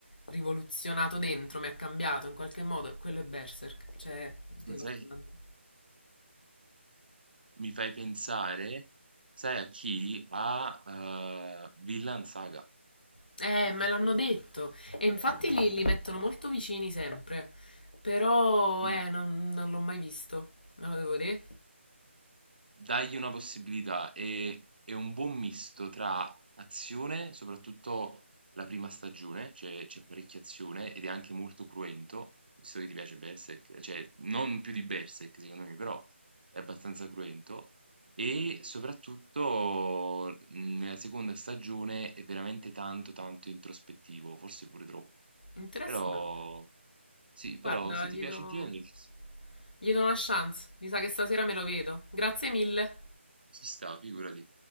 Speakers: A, on the left; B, on the right.
A: rivoluzionato dentro, mi ha cambiato in qualche modo? Quello è Berserk, cioè, devastante.
B: ma sai, mi fai pensare, sai a chi? A eh, Villan Saga.
A: Eh, me l'hanno detto. E infatti li, li mettono molto vicini sempre. Però,
B: Mm.
A: eh, non, non l'ho mai visto. Me lo devo vedere.
B: Dagli una possibilità, è è un buon misto tra azione, soprattutto la prima stagione, c'è c'è parecchia azione ed è anche molto cruento, visto che ti piace Berserk, cioè non più di Berserk secondo me, però è abbastanza cruento, e soprattutto mh, nella seconda stagione è veramente tanto tanto introspettivo, forse pure troppo,
A: Interessante.
B: però sì, però
A: Guarda,
B: se
A: gli
B: ti piace
A: do,
B: il genere ci
A: gli do una chance. Mi sa che stasera me lo vedo. Grazie mille.
B: ci sta, figurati.